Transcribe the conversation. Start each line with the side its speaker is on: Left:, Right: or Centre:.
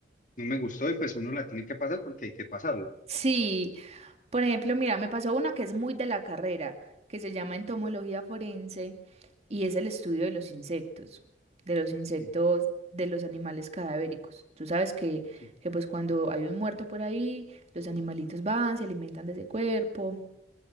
Left: no me gustó y pues uno la tiene que pasar porque hay que pasarlo.
Right: Sí, Por ejemplo, mira, me pasó una que es muy de la carrera, que se llama entomología forense y es el estudio de los insectos, de los insectos,
Left: Sí,
Right: de los animales cadavéricos. Tú sabes que,
Left: sí,
Right: que pues cuando hay un muerto por ahí, los animalitos van, se alimentan de ese cuerpo.